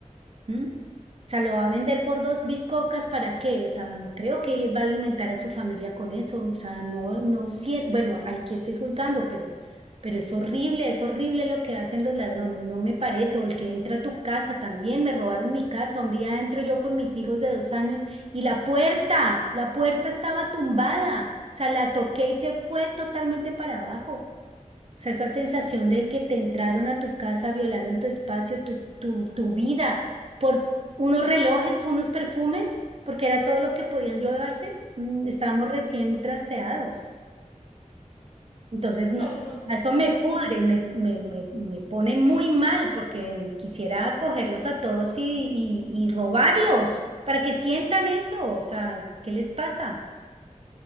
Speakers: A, on the right; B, on the left.
A: ¿Mm? O sea, lo va a vender por dos bicocas, ¿para qué? O sea, no creo que él va a alimentar a su familia con eso. O sea, no, no siento, bueno, aquí estoy juzgando, pero, pero es horrible, es horrible lo que hacen los ladrones, no me parece. O el que entra a tu casa también, me robaron mi casa. Un día entro yo con mis hijos de dos años y la puerta, la puerta estaba tumbada. O sea, la toqué y se fue totalmente para abajo sea, esa sensación de que te entraron a tu casa, violaron tu espacio, tu, tu, tu vida, por unos relojes, unos perfumes, porque era todo lo que podían llevarse. mm, Estábamos recién trasteados. Entonces, no,
B: Claro, no,
A: eso me
B: yo
A: pudre,
B: no
A: me, me, me, me pone muy mal porque quisiera cogerlos a todos y, y, y robarlos para que sientan eso. O sea, ¿qué les pasa?